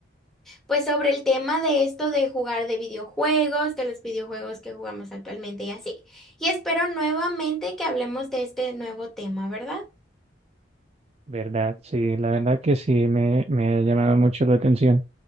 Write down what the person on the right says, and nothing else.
¿verdad? Sí, la verdad que sí, me, me ha llamado mucho la atención.